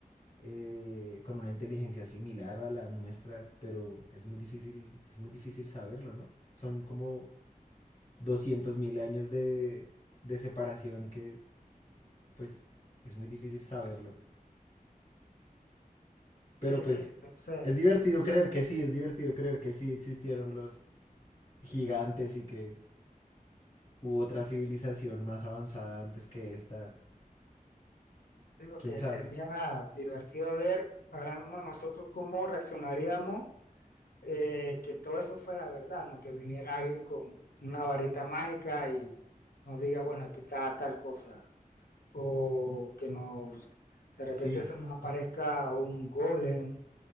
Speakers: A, on the left; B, on the left.
A: eh, con una inteligencia similar a la nuestra, pero es muy difícil, es muy difícil saberlo, ¿no? Son como doscientos mil años de, de separación que pues es muy difícil saberlo. Pero
B: Sí, entonces...
A: pues es divertido creer que sí, es divertido creer que sí existieron los gigantes y que hubo otra civilización más avanzada antes que esta.
B: Lo
A: ¿Quién
B: que
A: sabe?
B: sería divertido ver ahora mismo nosotros cómo reaccionaríamos eh, que todo eso fuera verdad, ¿no? Que viniera alguien con una varita mágica y nos diga, bueno, aquí está tal cosa. O que nos, de repente
A: Sí,
B: se nos aparezca un golem